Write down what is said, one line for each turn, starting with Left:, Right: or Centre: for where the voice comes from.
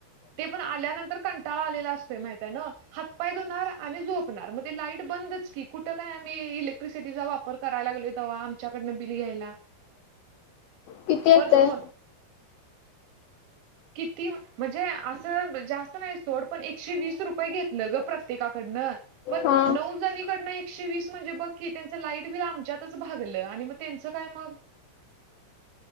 Right: ते पण आल्यानंतर कंटाळा आलेला असतय माहितय ना? हातपाय धुणार आणि झोपणार मणे लाईट बंदच की कुठं काय आम्ही इलेक्ट्रिसिटीचा वापर करायला लागलोय तवा आमच्याकडनं बिल घ्यायला.
Left: किती येतय?
Right: पण किती म्हणजे असं जास्त नाही सोड पण एकशे वीस रुपये घेतलं ग प्रत्येकाकडनं. पण
Left: हा
Right: नऊ जणीकडन एकशे वीस म्हणजे बघकी त्यांचं लाईट बिल आमच्यातच भागलं आणि मग त्यांचं काय मग